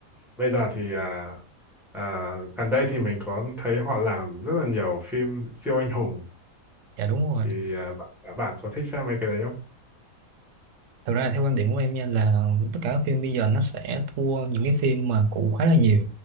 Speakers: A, in the centre; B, on the right.
A: bây giờ thì à, à, gần đây thì mình có thấy họ làm rất là nhiều phim siêu anh hùng
B: dạ đúng rồi
A: thì à, bạn, bạn bạn có thích xem mấy cái đấy không?
B: thực ra theo quan điểm của em nha là tất cả các phim bây giờ nó sẽ thua những cái phim mà cũ khá là nhiều